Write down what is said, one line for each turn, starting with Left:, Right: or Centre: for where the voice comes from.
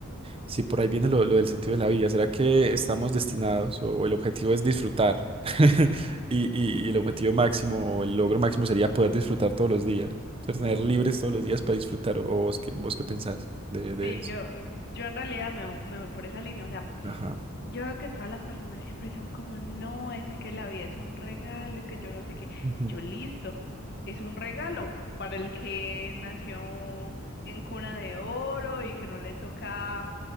Right: Sí, por ahí viene lo, lo del sentido de la vida. ¿Será que estamos destinados o, o el objetivo es disfrutar? <laughs> Y, y- y el objetivo máximo o el logro máximo sería poder disfrutar todos los días, ser tener libres todos los días para disfrutar. ¿O vos qué, vos qué pensás de, de
Left: Sí,
Right: eso?
Left: yo, yo en realidad me, vo- me voy por esa línea. O sea,
Right: Ajá.
Left: yo veo que todas las personas siempre son como, no, es que la vida es un regalo y que yo no sé qué.
Right: Ujú,
Left: Y yo, listo, es un regalo para el que nació en cuna de oro y que no le toca